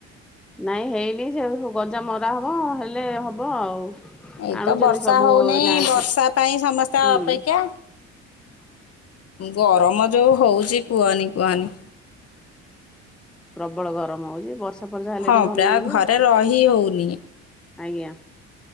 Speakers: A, in the centre; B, on the left.
A: ନାଇଁ ହେଇନି ସେ ଗଜା ମରା ହବ ହେଲେ ହବ ଆଉ।
B: ଏଇତ
A: ଆଣୁଛନ୍ତି
B: ବର୍ଷା
A: ସବୁ
B: ହଉନି
A: ଏଇନା
B: ବର୍ଷା
A: ହୁଁ
B: ପାଇଁ ସମସ୍ତେ
A: ହଁ।
B: ଅପେକ୍ଷା। ଗରମ ଯୋଉ ହଉଛି କୁହନି କୁହନି।
A: ପ୍ରବଳ ଗରମ ହଉଛି ବର୍ଷା ଫର୍ଷା ହେଲେଠି
B: ହଁ
A: ଭଲ
B: ପରା
A: ଲାଗିବ,
B: ଘରେ ରହି ହଉନି
A: ଆଜ୍ଞା।